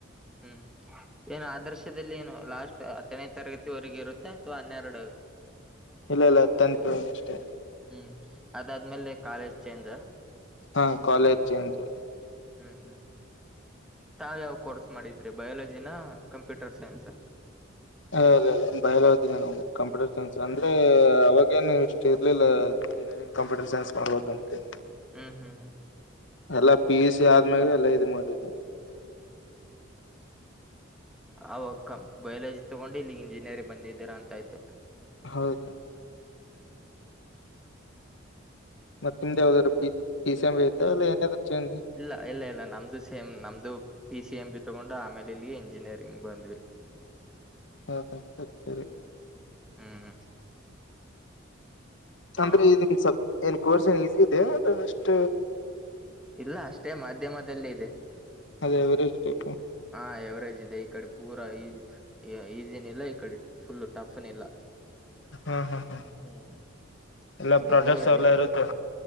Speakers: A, in the centre; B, on the left (about 70°).
A: ಹು. ಏನು ಆದರ್ಶದಲ್ಲಿ ಏನು ಲಾಸ್ಟ್ ಹತ್ತನೇ ತರಗತಿವರೆಗ ಇರುತ್ತೆ ಅಥವಾ ಹನ್ನೆರಡು
B: ಇಲ್ಲ ಇಲ್ಲ ತ್ಯೆಟು ಅಷ್ಟೇ.
A: ಹು ಅದಾದ್ಮೇಲೆ ಕಾಲೇಜ್ ಚೇಂಜ್.
B: ಹಾ ಕಾಲೇಜ್ ಚೇಂಜ್.
A: ಹು ಹು ತಾವ್ ಯಾವ ಕೋರ್ಸ್ ಮಾಡಿದ್ರಿ ಬಯಾಲಜಿನ ಕಂಪ್ಯೂಟರ್ ಸೈನ್ಸ್.
B: ಅ ಇಲ್ಲ ಇಲ್ಲ ಬಯಲುಜೀನೆ ನಮ್ಮದು. ಕಂಪ್ಯೂಟರ್ ಸೈನ್ಸ್ ಅಂದ್ರೆ ಅವಾಗೇನು ಇಷ್ಟು ಇರ್ಲಿಲ್ಲ. ಬೇರೆ ಕಂಪ್ಯೂಟರ್ ಸೈನ್ಸ್ ಮಾಡಬೇಕಂತೆ.
A: ಉಹು.
B: ಎಲ್ಲ ಪಿ ಯು ಸಿ ಆದ್ಮೇಲೆ ಎಲ್ಲ ಇದು ಮಾಡಿದೆ. <inaudible>
A: ಆವಾಗ ಕ ಬಯಾಲಜಿ ತಗೊಂಡು ಇಲ್ಲಿಗೆ ಇಂಜಿನಿಯರಿಗೆ ಬಂದಿದ್ದಿರಾ ಅಂತಾಯ್ತು.
B: ಹೌದು. ಮತ್ತೆ ನಿಮ್ದ್ ಯಾವ್ದಾದ್ ಪಿ ಪಿ ಸಿ ಎಮ್ ಇರ್ತಾವ ಅಲ್ಲ ಏನಾದರ ಚೆಜ್
A: ಇಲ್ಲ ಇಲ್ಲ ನಮ್ದು ಸೇಮ್ ನಮ್ದು ಪಿ ಸಿ ಎಂ ಬಿ ತಗೊಂಡು ಆಮೇಲೆ ಇಲ್ಲಿ ಇಂಜಿನಿಯರಿಂಗ್ ಬಂದ್ವಿ.
B: ಹಾ ಹಾ ಸರಿ ಸರಿ.
A: ಹು.
B: ಅಂದ್ರೆನ್
A: ಆ,
B: ಸಬ್ ಏನ್ ಕೋರ್ಸ್ ಏನ್ ಈಸಿ ಇದೆ ಅಷ್ಟ.
A: ಇಲ್ಲ ಅಷ್ಟೇ ಮಾಧ್ಯಮದಲ್ಲೇ ಇದೆ
B: ಅದ ಎವರೇಜ್ ಟೈಪ್
A: ಹಂ ಎವರೇಜ್ ಇದೆ ಇಕ್ಕಡೆ ಪೂರ ಈ ಈಜಿ ಇಲ್ಲ ಈ ಕಡೆ ಫುಲ್ಲ ಟಫ್ನ ಇಲ್ಲ
B: ಹ್ಮ್ ಹ್ಮ್ ಹ್ಮ
A: ಹ್ಮ್
B: ಎಲ್ಲ
A: ಹೇಗೋ
B: ಪ್ರಾಡಕ್ಟ್ಸ್
A: ಇದೆ
B: ಎಲ್ಲ ಇರುತ್ತೆ